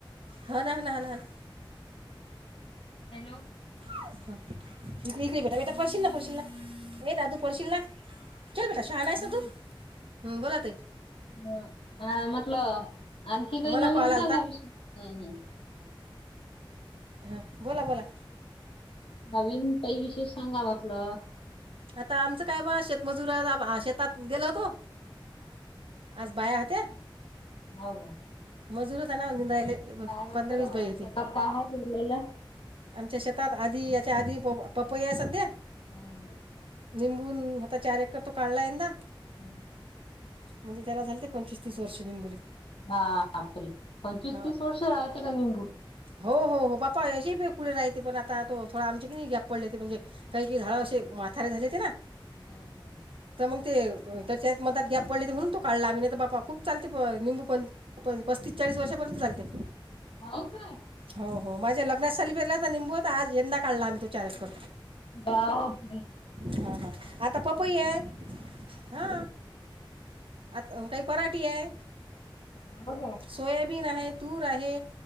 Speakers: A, on the right; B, on the left.
A: होना होना हना हना...
B: हॅलो....
A: हं इकडी इकडी बेटा बेटा पडशील ना पडशील ना ए दादू पडशील ना... चल बेटा शहाणाहेस ना तु हं बोला ताई...
B: हम अ म्हटलं आणखी काही
A: मला
B: नवीन
A: कॉल आला
B: सांगा विषय हम हम..
A: हा बोला बोला...
B: नवीन काही विशेष सांगा म्हटलं...
A: आता आमचं काय म शेतमजूर अ ब हा शेतात गेल होतो आज.. बाया हत्या
B: हा गो...
A: मजुर होताना निंदायले. हे बघ
B: होतं
A: पंधरा वीस बाई होती
B: शेतात काय आहे पेरलेलं?
A: आमच्या शेतात आधी... चा आधी प पपई आहे सध्या...
B: हं..
A: निंबून आता चार एकर तो काढला यंदा...
B: <inaudible>
A: म्हणजे त्याला झालते पंचवीस तीस वर्षे निंबुले..
B: बापरे! पंचवीस
A: ह
B: तीस वर्ष राहते का निंबू?
A: हो हो हो बापाशी भी.. पुढे राहायते पण आता तो थोडा आमच्या किनी गॅप पडलेते म्हणजे काही की झाड अशे म्हातारे झालेते ना..
B: हा हा ह....
A: तर मग ते तर त्यात मदात गॅप पडलेते म्हणून तो काढला आम्ही नाही तर बाप बाप खूप चालते प अ निंबू पण.. पं पस्तीस चाळीस वर्षापर्यंत चालते
B: हो का
A: हो हो माझ्या लग्न सलिबेला तर निंबूत आज यंदा काढला आम्ही तो चार कर
B: बा होत्री
A: हा हा आता पप्पू आहे हा आता काही पराठी आहे
B: हो काय?
A: सोयाबीन आहे तूर आहे